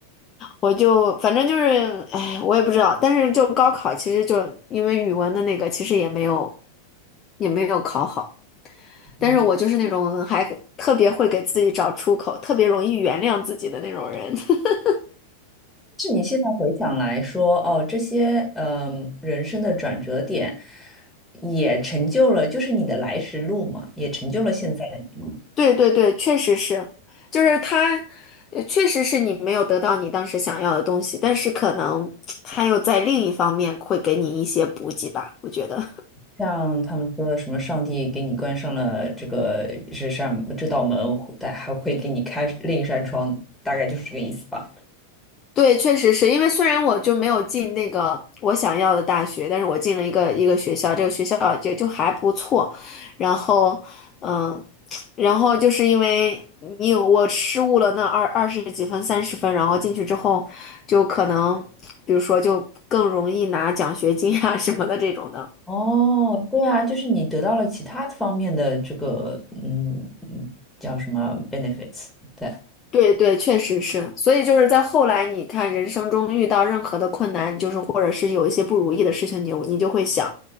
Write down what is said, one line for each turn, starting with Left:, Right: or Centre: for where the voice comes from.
Left: 我就反正就是，哎，我也不知道。但是就高考，其实就因为语文的那个，其实也没有也没有考好。但是我就是那种还特别会给自己找出口，
Centre: 嗯。
Left: 特别容易原谅自己的那种人。<laughs>
Centre: 是你现在回想来说，哦，这些嗯、人生的转折点，也成就了就是你的来时路嘛，也成就了现在的你嘛。
Left: 对对对，确实是，就是他，呃确实是你没有得到你当时想要的东西，但是可能他又在另一方面会给你一些补给吧，我觉得。
Centre: 像他们说的什么，上帝给你关上了这个这扇这道门，但还会给你开另一扇窗，大概就是这个意思吧。
Left: 对，确实是因为虽然我就没有进那个我想要的大学，但是我进了一个一个学校，这个学校也就还不错。然后，嗯，然后就是因为你有我失误了那二二十几分、三十分，然后进去之后就可能，比如说就更容易拿奖学金啊什么的这种的。
Centre: 哦，对啊，就是你得到了其他方面的这个嗯嗯叫什么 benefits，对。
Left: 对对，确实是。所以就是在后来，你看人生中遇到任何的困难，就是或者是有一些不如意的事情，你你就会想，